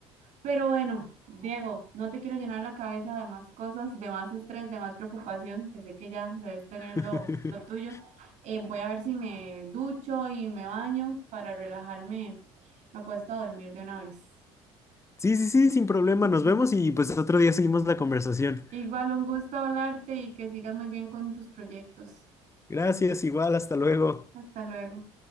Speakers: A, on the right; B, on the left.
A: Pero bueno, Diego, no te quiero llenar la cabeza de más cosas, de más estrés, de más preocupación, que sé que ya debes tener lo,
B: <laughs>
A: lo tuyo. Eh, voy a ver si me ducho y me baño para relajarme. Me acuesto a dormir de una vez.
B: Sí, sí, sí, sin problema.
A: <laughs>
B: Nos vemos y pues otro día seguimos la conversación.
A: Igual un gusto hablarte y que sigas muy bien con tus proyectos.
B: Gracias, igual, hasta luego.
A: Hasta luego.